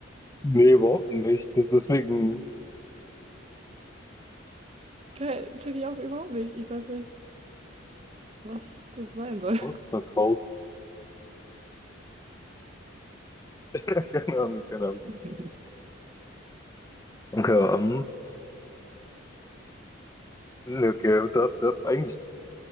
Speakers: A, on the left; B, on the right.
A: Nee, überhaupt nicht. Das- Deswegen
B: Geil, check ich auch überhaupt nicht. Ich weiß nicht, was das sein soll.
A: ausverkauft. <laughs> Keine Ahnung, keine Ahnung.
B: <laughs>
A: Okay, ähm, nee, okay, das, das ist eigentlich